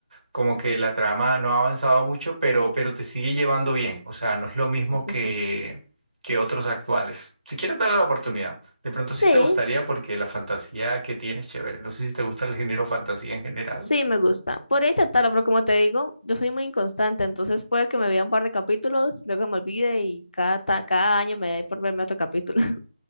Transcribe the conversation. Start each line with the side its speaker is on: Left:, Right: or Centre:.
Right: como que la trama no ha avanzado mucho, pero, pero te sigue llevando bien. O sea, no es lo mismo
Left: <laughs>
Right: que, que otros actuales. Si quieres darle la oportunidad, de pronto
Left: Sí,
Right: sí te gustaría porque la fantasía que tienes, chévere. No sé si te gusta el género fantasía en general.
Left: sí, me gusta. Podría intentarlo, pero como te digo, yo soy muy inconstante, entonces puede que me vea un par de capítulos, luego me olvide y cada, ta- cada año me da por verme otro capítulo. <laughs>